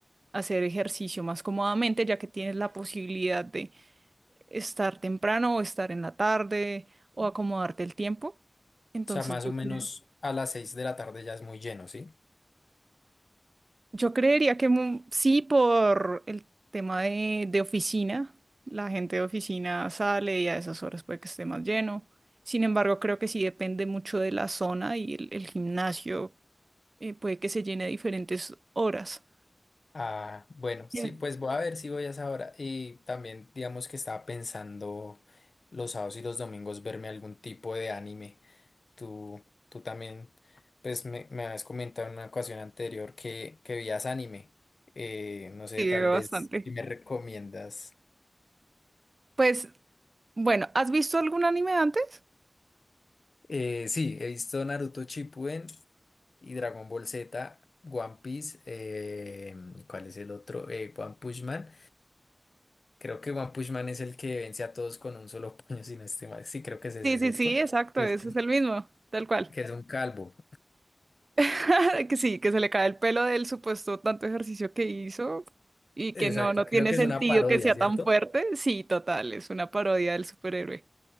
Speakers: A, on the right; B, on the left.
A: hacer ejercicio más cómodamente, ya que tienes la posibilidad de estar temprano o estar en la tarde o acomodarte el tiempo.
B: O
A: Entonces,
B: sea, más
A: yo,
B: o menos
A: cre-
B: a las seis de la tarde ya es muy lleno, ¿sí?
A: yo creería que mu- sí, por el tema de, de oficina, la gente de oficina sale y a esas horas puede que esté más lleno. Sin embargo, creo que sí depende mucho de la zona y el, el gimnasio eh, puede que se llene a diferentes horas.
B: Ah, bueno, sí,
A: Bien.
B: pues voy a ver si voy a esa hora. Y también, digamos que estaba pensando los sábados y los domingos verme algún tipo de anime. Tú, tú también, pues me, me habías comentado en una ocasión anterior que, que veías anime. Eh, no sé,
A: Sí,
B: tal
A: veo
B: vez
A: bastante.
B: si me recomiendas.
A: Pues, bueno, ¿has visto algún anime antes?
B: Eh, sí, he visto Naruto Shippuden y Dragon Ball Z, One Piece, eh, ¿cuál es el otro? Eh, One Punch Man. Creo que One Punch Man es el que vence a todos con un solo <laughs> puño, sin no estoy mal. Sí, creo que es ese,
A: Sí, sí,
B: ¿cierto?
A: sí, exacto,
B: Que
A: ese
B: es,
A: es el mismo, tal cual.
B: que es un calvo.
A: <laughs> Que sí, que se le cae el pelo del supuesto tanto ejercicio que hizo y
B: Exacto,
A: que no, no
B: creo
A: tiene
B: que
A: sentido
B: es una parodia,
A: que sea
B: ¿cierto?
A: tan fuerte. Sí, total, es una parodia del superhéroe.